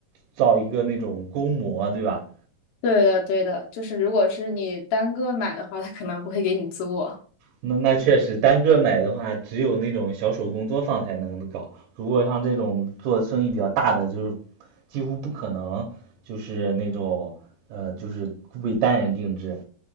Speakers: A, on the right; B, on the left.
A: 造一个那种工模，对吧？
B: 对的，对的，就是如果是你单个买的话，他可能不会给你做。
A: 那那确实，单个买的话，只有那种小手工作坊才能搞。如果像这种做生意比较大的，就是几乎不可能，就是那种呃，就是为单人定制。